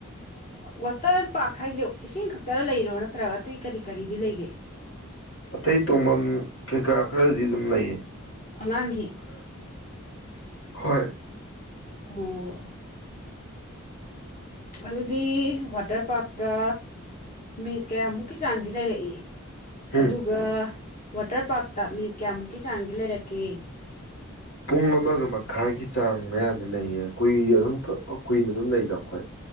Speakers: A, on the left; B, on the left.
A: ꯋꯥꯇꯔ ꯄꯥꯔꯛ ꯍꯥꯏꯁꯦ ꯏꯁꯤꯡ ꯈꯛꯇꯔ ꯂꯩꯔꯣ ꯅꯠꯇ꯭ꯔꯒ ꯑꯇꯩ ꯀꯔꯤ ꯀꯔꯤꯗꯤ ꯂꯩꯒꯦ
B: ꯑꯇꯩ ꯇꯣꯡꯐꯝ ꯀꯩꯀꯥ ꯈꯔꯗꯤ ꯑꯗꯨꯝ ꯂꯩꯌꯦ
A: ꯑ ꯂꯥꯡꯒꯤꯤ
B: ꯍꯣꯏ
A: ꯑꯣ ꯑꯗꯨꯗꯤ ꯋꯥꯇꯔ ꯄꯥꯔꯛꯇ ꯃꯤꯠ ꯀꯌꯥꯃꯨꯛꯀꯤ ꯆꯥꯡꯗꯤ ꯂꯩꯔꯛꯏ
B: ꯎꯝ
A: ꯑꯗꯨꯒ ꯋꯥꯇꯔ ꯄꯥꯔꯛꯇ ꯃꯤꯅꯤꯠ ꯀꯌꯥꯃꯨꯛꯀꯤ ꯆꯥꯡꯗꯤ ꯂꯩꯔꯛꯀꯦ
B: ꯄꯨꯡ ꯑꯃꯒ ꯃꯈꯥꯏꯒꯤ ꯆꯥꯡ ꯃꯌꯥꯗꯤ ꯂꯩꯌꯦ ꯀꯨꯏ ꯑꯗꯨꯝ ꯀꯨꯏꯅ ꯑꯗꯨꯝ ꯂꯩꯗꯕ ꯑꯩꯈꯣꯏ